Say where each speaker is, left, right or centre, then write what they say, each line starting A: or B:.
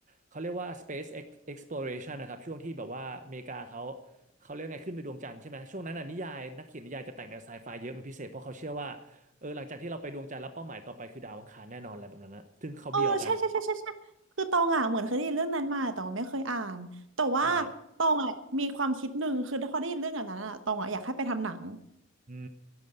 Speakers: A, on the right; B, on the right.
A: เขาเรียกว่า space ex- exploration นะครับช่วงที่แบบว่าอเมริกาเขาเขาเรียกไงขึ้นไปดวงจันทร์ใช่ไหมช่วงนั้นน่ะนิยายนักเขียนนิยายจะแต่งแนวไซไฟเยอะเป็นพิเศษเพราะเขาเชื่อว่าเออหลังจากที่เราไปดวงจันทร์แล้วเป้าหมายต่อไปคือดาวอังคารแน่นอนอะไรแบบนั้นนะซึ่งเขาเบียวกัน
B: เออใช่ใช่ใช่ใช่ใช่คือตองอ่ะเหมือนเคยได้ยินเรื่องนั้นมาแต่ตองไม่เคยอ่านแต่ว่า
A: ใช่
B: ตองอ่ะมีความคิดหนึ่งคือพอได้ยินเรื่องแบบนั้นอ่ะตองอ่ะอยากให้ไปทำหนัง
A: อื